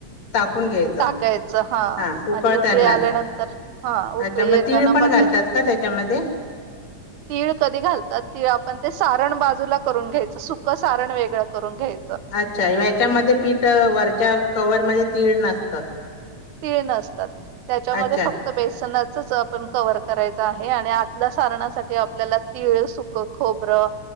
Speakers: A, on the left; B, on the right.
A: टाकून घ्यायचं
B: टाकायचं हा
A: हां उकळतानाच
B: आणि उकळी आल्यानंतर हा उकळी
A: अच्छा
B: येताना
A: तीळ
B: मग
A: पण घालतात
B: त्याच्या
A: का त्याच्यामध्ये
B: तीळ कधी घालतात तिळ आपण ते सारण बाजूला करून घ्याय सुख सारण वेगळं करून घ्यायच.
A: अच्छा ह्याच्यामध्ये पीठ वरच्या कवरमध्ये तीळ नसतात.
B: तीळ नसतात त्याच्यामध्ये
A: अच्छा
B: फक्त बेसनच. तस आपण कव्हर करायचं आहे. आणि आतल्या सारणासाठी आपल्याला तीळ, सुक खोबरं.